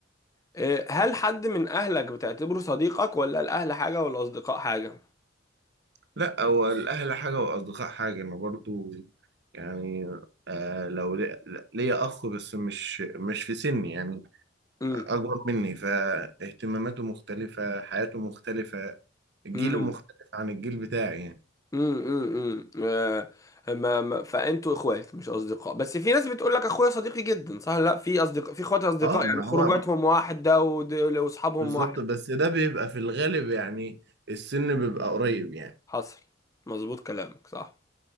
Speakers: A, on the left; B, on the right.
A: آه، هل حد من اهلك بتعتبره صديقك ولا الاهل حاجة والاصدقاء حاجة
B: لأ هو الأهل حاجة والأصدقاء حاجة أنا برضو يعني آه لو لي- ليا أخ بس مش مش في سني يعني
A: امم
B: أكبر مني فاهتماماته مختلفة حياته مختلفة جيله
A: امم
B: مختلف عن الجيل بتاعي يعني
A: امم امم فانتوا اخوات مش اصدقاء بس في ناس بتقول لك اخويا صديقي جدا صح لا في اصدقاء في اخوات اصدقاء
B: اه ما
A: يعني خروجاتهم
B: هو
A: واحده ود- واصحابهم
B: بالظبط
A: واحد
B: بس ده بيبقى في الغالب يعني السن بيبقى قريب يعني
A: حصل مظبوط كلامك صح